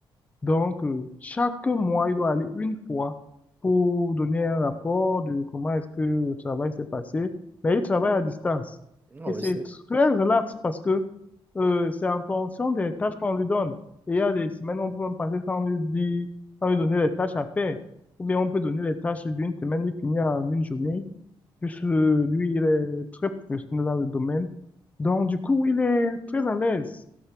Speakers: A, on the left; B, on the right.
A: Donc, euh, chaque mois, il doit aller une fois pour donner un rapport de comment est-ce que le travail s'est passé. Mais il travaille à distance.
B: Ah
A: Et
B: ouais,
A: c'est
B: c'est,
A: très relax parce que euh, c'est en fonction des tâches qu'on lui donne. Et il y a des semaines où on peut même passer sans lui dire, sans lui donner les tâches à faire. Ou bien on peut donner les tâches d'une semaine, il finit en une journée puisque lui, il est très professionnel dans le domaine. Donc, du coup, il est très à l'aise